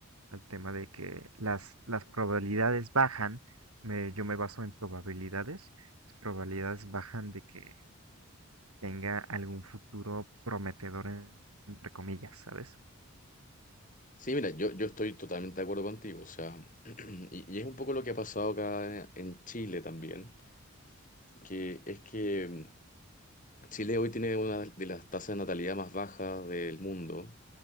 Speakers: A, on the right; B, on the left.
A: al tema de que las, las probabilidades bajan, me, yo me baso en probabilidades, las probabilidades bajan de que tenga algún futuro prometedor, en- entre comillas, ¿sabes?
B: Sí, mira, yo, yo estoy totalmente de acuerdo contigo, o sea, <clears throat> y, y es un poco lo que ha pasado acá en Chile también, que es que mm, Chile hoy tiene una de las tasas de natalidad más bajas del mundo,